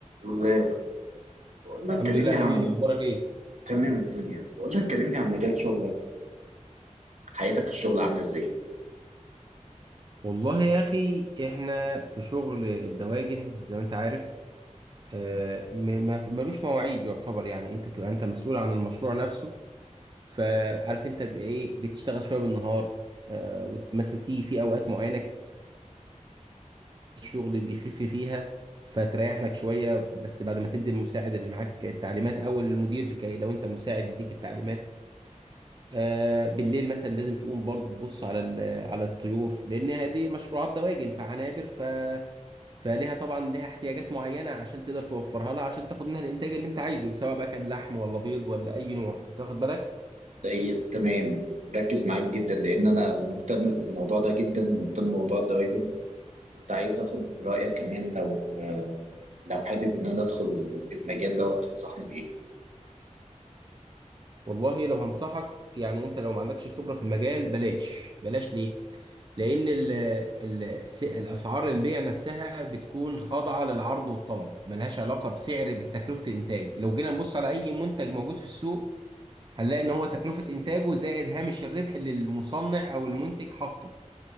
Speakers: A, on the right (about 65°); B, on the right (about 35°).
A: ازيك بقول لك
B: الحمد
A: كلمني
B: لله يا
A: عن
B: حبيبي اخبارك ايه
A: تمام الدنيا بقول لك كلمني عن مجال شغلك حياتك في الشغل عامله ازاي
B: والله يا أخي إحنا في شغل الدواجن زي ما أنت عارف آه، م- ما- ملوش مواعيد يعتبر يعني أنت بتبقى أنت مسؤول عن المشروع نفسه فعارف أنت بإيه بتشتغل شوية بالنهار آه، ومثلا تيجي في أوقات معينة كده الشغل بيخف فيها فتريح لك شوية بس بعد ما تدي المساعد اللي معاك التعليمات أو المدير كي لو أنت مساعد يديك التعليمات آه، بالليل مثلا لازم تقوم برضو تبص على ال- على الطيور لان دي مشروعات دواجن فعنابر ف فليها طبعا ليها احتياجات معينه عشان تقدر توفرها لها عشان تاخد منها الانتاج اللي انت عايزه سواء بقى كان لحم ولا بيض ولا اي نوع انت واخد بالك
A: زي- تمام مركز معاك جدا لان انا مهتم بالموضوع ده جدا مهتم بموضوع الدوائر كنت عايز اخد رايك كمان لو آه، لو حابب ان انا ادخل المجال ده تنصحني بايه
B: والله لو هنصحك يعني انت لو ما عندكش خبره في المجال بلاش بلاش ليه لان ال ال س- الاسعار البيع نفسها بتكون خاضعه للعرض والطلب ملهاش علاقه بسعر بتكلفه الانتاج لو جينا نبص على اي منتج موجود في السوق هنلاقي ان هو تكلفة انتاجه زائد هامش الربح اللي المصنع او المنتج حاطه